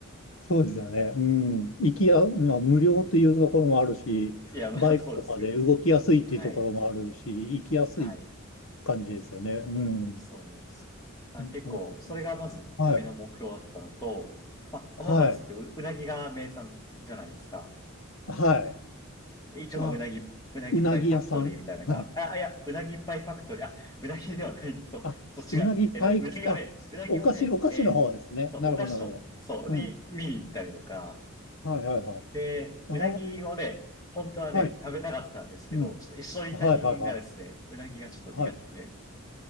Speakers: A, on the left; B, on the left.
A: そうですよね。うん。行きや、まあ、無料というところもあるし、
B: いや、まあ、
A: バイクとかで動きやすいっていうところもあるし、
B: そうですね。はい。
A: 行きやすい
B: はい。
A: 感じですよね。うん。
B: そうです。まあ、
A: なるほど。
B: 結構、それがまず旅の目標だったのと、
A: はい。
B: まあ、
A: はい。
B: 浜松ってう、うなぎが名産じゃないですか。
A: はい。
B: で一応、
A: あ、
B: まあ、うなぎ、うなぎパイファクトリーみたいなのが、
A: うなぎ屋さん。はい。
B: あ、いや、うなぎパイファクトリー、あ、うなぎではない、<laughs> そう、
A: あ、
B: そう違う。
A: うなぎパイ、
B: えっとね、うなぎはね、
A: あ、
B: うなぎはね、
A: お菓子、お菓子の方ですね。
B: えーそう、
A: なるほど、
B: お菓子の、
A: なるほ
B: そう、
A: ど。
B: に見に行ったりとか、
A: うん。はい、はい、はい。
B: で、うなぎをね、
A: ああ、
B: 本当はね、
A: はい。
B: 食べたかったんですけど、
A: うん。
B: ちょっと一緒にいた人間がですね、
A: はい、はい、はい。
B: うなぎがちょっと苦手で、
A: はい。